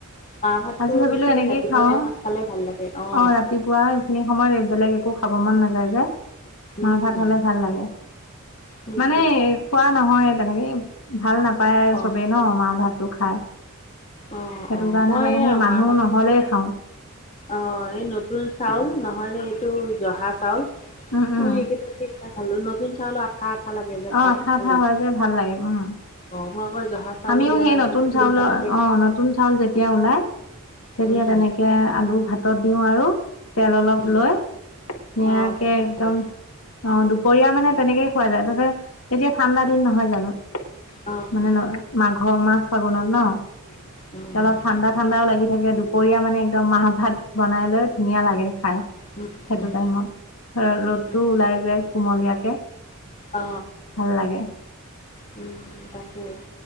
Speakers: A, on the left; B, on the left.
A: মাহ ভাততো
B: আজি ভাবিলো
A: বেছি
B: এনেকেই
A: ৰাতিপুৱা
B: খাও
A: টাইমত খালে ভাল লাগে অ।
B: অ', ৰাতিপুৱা সেইখিনি সময়ত বেলেগ একো খাব মন নাযায় যে। মাহ
A: উম
B: ভাত হ'লে ভাল লাগে
A: সেইটো
B: মানে খোৱা নহয় তেনেকৈ ভাল নাপায়
A: অঁ
B: চবেই ন মাৰ ভাতটো খায়।
A: অঁ
B: সেইটো
A: অঁ
B: কাৰণে
A: মই
B: মানে
A: এয়া
B: সেই মানুহ
A: মাহ ভাতটো
B: নহ'লেই খাওঁ।
A: অ', এই নতুন চাউল নহয়নে এইটো জহা চাউল।
B: উম! উম!
A: ম এইকেইটা খালোঁ নতুন চাউলো আঠা আঠা লাগে যে
B: অ
A: খাই
B: আঠা
A: ভাল
B: আঠা
A: লাগে।
B: হয় যে ভাল লাগে উম
A: অ', মই আকৌ জহা চাউল
B: আমিও
A: দি বনালে
B: সেই নতুন
A: মানে তিন
B: চাউলৰ
A: ভাতকে
B: অ
A: খাওঁ
B: নতুন চাউল যেতিয়া ওলাই তেতিয়া
A: উম।
B: তেনেকে আলু ভাতত দিওঁ আৰু। তেল অলপ
A: উম।
B: লৈ ধুনিয়াকে
A: অ', তেনেকে
B: একদম
A: খাবি
B: অ', দুপৰীয়া মানে তেনেকেই খোৱা যায় তাতে তেতিয়া ঠাণ্ডা দিন নহয় জানোঁ।
A: অ',
B: মানে ন মাঘৰ মাঘ ফাগুনত ন,
A: উম,
B: এতিয়া অলপ ঠাণ্ডাত ঠাণ্ডাও লাগি থাকে দুপৰীয়া মানে একদম মাহ ভাত বনাই লৈ ধুনীয়া লাগে খাই।
A: উম,
B: সেইটো
A: উম,
B: টাইমত, ৰ'দটো
A: উম।
B: ওলাই যায় কুমলীয়াকে।
A: অ,
B: ভাল লাগে
A: উম! তাকে।